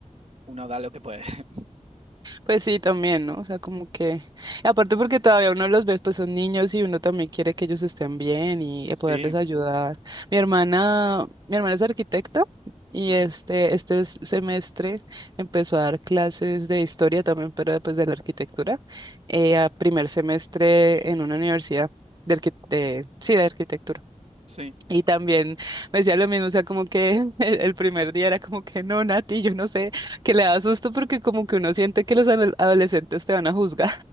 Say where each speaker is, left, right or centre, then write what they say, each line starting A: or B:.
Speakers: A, on the right; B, on the right.
A: uno da lo que puede. <laughs>
B: Pues sí, también, ¿no? O sea, como que, aparte porque todavía uno los ve, pues son niños y uno también quiere que ellos estén bien y
A: Sí,
B: y poderles ayudar. Mi hermana, mi hermana es arquitecta y
A: ujú,
B: este, este s- semestre empezó a dar clases de historia también, pero pues de la arquitectura, eh, a primer semestre en una universidad de, arqui- de, sí, de arquitectura.
A: sí,
B: Y también me decía lo mismo, o sea, como que <laughs> el primer día era como que no, Nati, yo no sé, que le da susto porque como que uno siente que los adol- adolescentes te van a juzgar.